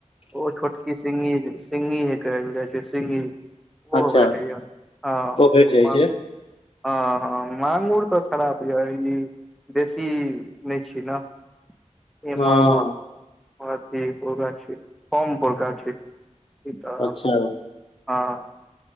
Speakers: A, in the centre; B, on the left.
A: ओ छोटकी सिंघी जे सिंघी जे कहल जाए छै सिंघी ओहो
B: अच्छा
A: भेटय यै, हां
B: भेट
A: ओ
B: जाइ
A: मांगूर।
B: छै
A: हां-हां मंगुर तै खराब यै ई देशी नै छियै नै। ई
B: हँ
A: मंगुर अथी ऐतोका छीयै फोम परका छीये। ई तऽ
B: अच्छा
A: आब हां